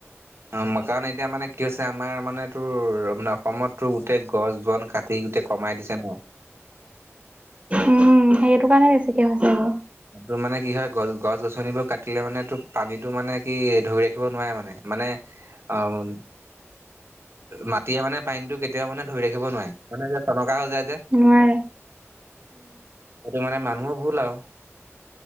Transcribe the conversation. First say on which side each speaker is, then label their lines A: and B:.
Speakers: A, on the right; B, on the right.
A: অ মাকাণ এতিয়া মানে কি হৈছে আমাৰ মানে তোৰ মানে অসমতো গোটেই গছ- বন কাট টি গোটেই কমাই দিছে ন
B: উম সেইটো কাৰণে বেছিকে হৈছে এইবোৰ
A: তোৰ মানে কি হয় গছ গছ -গছনিবোৰ কাটিলে মানে তোক পানীটো মানে কি ধৰি ৰাখিব নোৱাৰে মানে মানে আ উম মাটিয়ে মানে পানীটো কেত কেতিয়াও মানে ধই ৰাখিব নোৱাৰে মানে যে চনকা হৈ যায় যে
B: নোৱাৰে
A: সেইটো মানে মানুহৰ ভুল আও